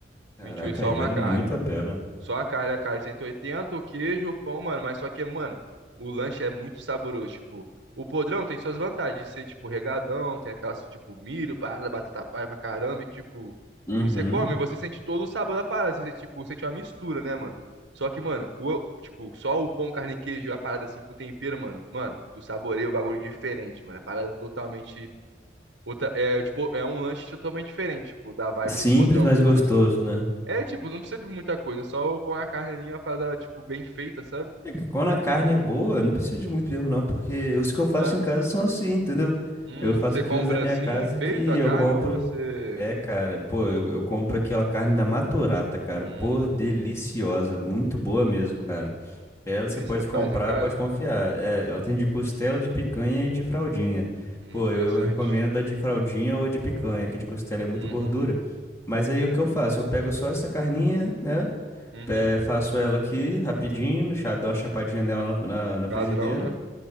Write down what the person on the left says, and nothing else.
Caraca,
aí
vale
muito a pena.
Uhum.
Simples,
mas
gostoso,
né?
É que quando a carne é boa, eu não preciso de muito mesmo, não, porque os que eu faço
em casa são assim, entendeu?
Eu faço
aqui
uns na minha
casa
que
eu
compro.
É, cara, pô, eu, eu compro aquela carne da Maturata, cara.
Pô, deliciosa, muito boa mesmo, cara. Ela você
pode
comprar,
pode confiar. É, ela tem de costela, de picanha e de fraldinha.
Pô,
eu, eu recomendo a de fraldinha ou a de picanha, que a de costela é muito
gordura. Mas aí o que eu faço? Eu pego só essa carninha, né?
É, faço ela aqui rapidinho, chá- dou uma chapadinha nela na, na, na
frigideira.